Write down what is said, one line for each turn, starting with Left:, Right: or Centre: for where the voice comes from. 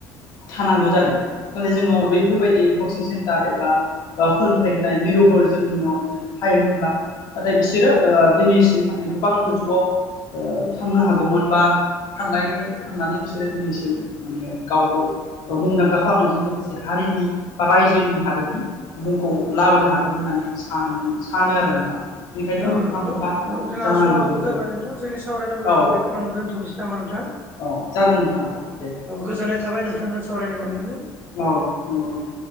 Left: थानांगौ जादों। नाथाय जोंनाव
Right: औ
Left: बैफोरबायदि कचिं सेन्टा एबा ओ फोरोंथाय होनाय मिरुफोर जोंनियाव थायोमोनब्ला नाथाय बिसोरो ओ दिनैसिम माने गोबां गोजौआव थांनो हागौमोन बा थांनायनि थांनानै बिसोरो दिनैसिम माने गावखौ मुंदांखा खालामनायजों लोगोसे हारिनि बा रायजोनि हादोरनि मुंखौ लाबोनो हागोन होननानै आं सानोम सानो आरो नोंथां। बेनिखायनो
Right: औ
Left: मोनफा
Right: नांगौ।
Left: मोनफा
Right: जोंहा
Left: जानांगौ
Right: समाब
Left: बेफोरो
Right: जाबाय नोंथां जोंनि सावरायनांगौखौ
Left: औ
Right: बेखौनानै दोनथ'नोसै नामा नोंथां?
Left: औ जागोन नोंथां औ दे।
Right: गोजोन्नाय थाबाय नोंथांजों सावरायनो मोननानै।
Left: औ नंगौ नोंथां।